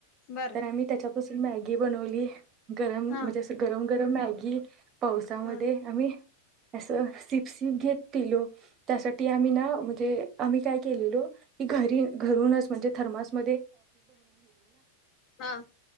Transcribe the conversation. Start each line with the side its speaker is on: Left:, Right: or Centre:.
Left: बर
Right: तर आम्ही त्याच्यापासून मॅ घी बनवली. गरम
Left: हा
Right: म्हणजे असं गरम. गरम मॅग पावसामध्ये
Left: हा
Right: आम्ही असं सिप सिप घेततीललो त्यासाठी आम्ही ना म्हणजे आम्ही काय केलेलो की घरी घरूनच म्हणजे थर्स. <inaudible>
Left: हा